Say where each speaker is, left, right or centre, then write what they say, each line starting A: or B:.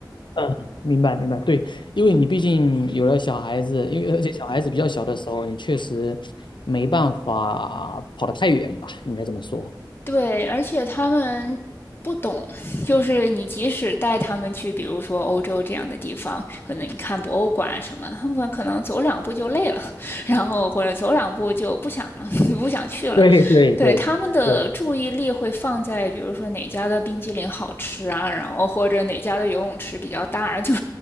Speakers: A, on the left (about 80°); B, on the left (about 30°).
A: 嗯，明白明白，对，因为你毕竟有了小孩子，因为而且小孩子比较小的时候，你确实没办法跑得太远吧，应该这么说。
B: 对，而且他们不懂，就是你即使带他们去，比如说欧洲这样的地方，可能你看博物馆什么，他们可能走两步就累了，然后或者走两步就不想了 <laughs> 不想去了。
A: <laughs> 对对对对
B: 对，他们的注意力会放在，比如说哪家的冰激凌好吃啊，然后或者哪家的游泳池比较大，就